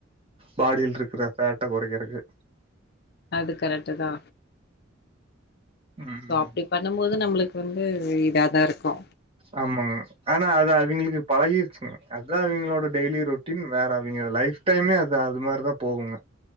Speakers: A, on the right (about 30°); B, on the left (about 50°).
A: பாடில் இருக்குற ஃபேட்ட கொறைக்கருக்கு
B: அது கரெட்டு தா
A: ம்
B: சோ அப்டி பண்ணும் போது நம்ளுக்கு வந்து இதாதா இருக்கு
A: ஆமாங்க ஆனா அது அவிங்ளுக்கு பழகிருச்சுங்க அதா அவிங்ளோட டெய்லி ரொட் ரொட்டீன் வேற அவிங்க லைஃப் டைமே அது அது மாரதா போகுங்க